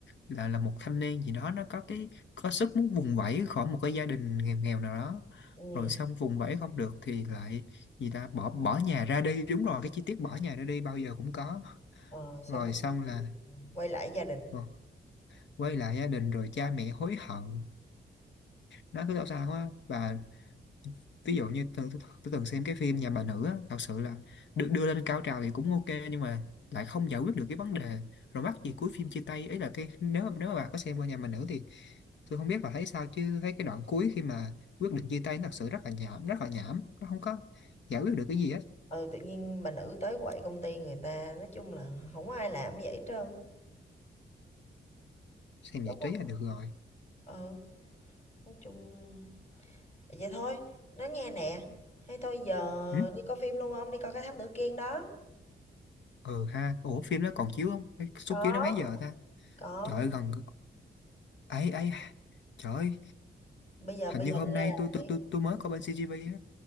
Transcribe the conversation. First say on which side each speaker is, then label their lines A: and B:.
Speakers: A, on the left; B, on the left.
A: là là một thanh niên gì đó nó có cái có sức muốn vùng vẫy khỏi một cái gia đình nghèo nghèo nào đó
B: Ừm,
A: rồi xong vùng vẫy không được thì lại gì ta bỏ bỏ nhà ra đi đúng rồi cái chi tiết bỏ nhà ra đi bao giờ cũng có
B: ờ, xong
A: rồi
B: rồi
A: xong là
B: quay lại gia đình.
A: ờ, quay lại gia đình rồi cha mẹ hối hận nó cứ sao sao á và ví dụ như tôi, tôi, tôi từng xem cái phim Nhà bà nữ á, thật sự là được đưa lên cao trào thì cũng ok nhưng mà lại không giải quyết được cái vấn đề rồi mắc gì cuối phim chia tay ấy là cái nếu nếu mà bà có xem qua Nhà bà nữ thì tôi không biết bà thấy sao chứ thấy cái đoạn cuối khi mà quyết định chia tay nó thật sự rất là nhảm rất là nhảm nó không có giải quyết được cái gì hết
B: Ừ, tự nhiên bà nữ tới quậy công ty người ta, nói chung là không có ai làm như vậy hết trơn
A: xem
B: Đúng
A: giải
B: không
A: trí là được rồi
B: Ừ, nói chung vậy thôi, nói nghe nè, hay thôi giờ
A: ừ,
B: đi coi phim luôn không Đi coi cái Thám Tử Kiên đó.
A: ừ ha ủa phim nó còn chiếu không Cái suất
B: Có,
A: chiếu nó mấy giờ ta
B: còn
A: trời ơi gần ấy ấy trời ơi
B: bây giờ
A: hình
B: bây
A: như
B: giờ
A: hôm
B: đi
A: nay
B: ra
A: tôi
B: rạp đi.
A: tôi tôi tôi mới có bên CGV á